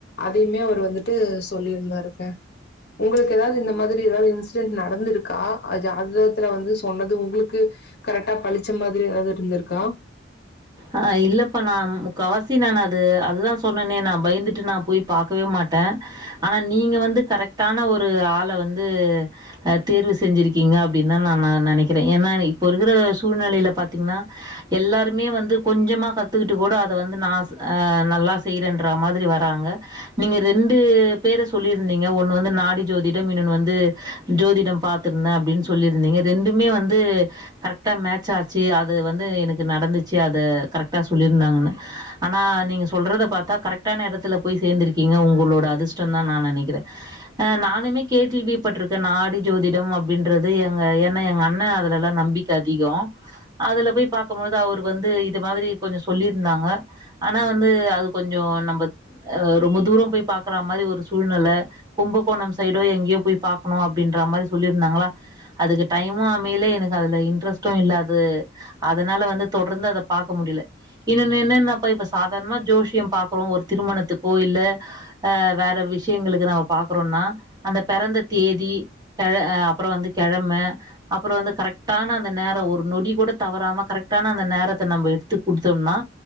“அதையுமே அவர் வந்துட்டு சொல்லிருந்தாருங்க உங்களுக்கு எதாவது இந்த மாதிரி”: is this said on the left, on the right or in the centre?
Left